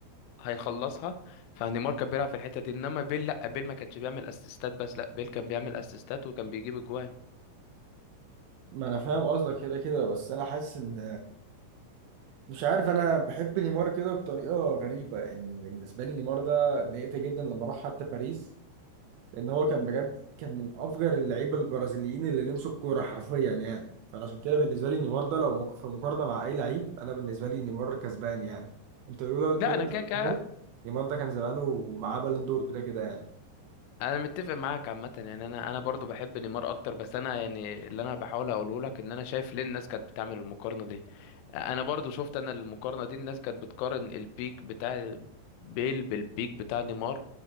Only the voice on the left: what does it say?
هيخلصها فنيمار كان بيلعب في الحتة دي انما بيل لا بيل ما كانش بيعمل اسيستات بس لا بيل كان بيعمل اسيستات وكان بيجيب اجوان
لا
انا كده كده
انا متفق معاك عامه يعني انا انا برضو بحب نيمار اكتر بس انا يعني اللي انا بحاول اقوله لك ان انا شايف ليه الناس كانت بتعمل المقارنه دي انا برضو شفت انا المقارنه دي الناس كانت بتقارن البيك بتاع بيل بالبيك بتاع نيمار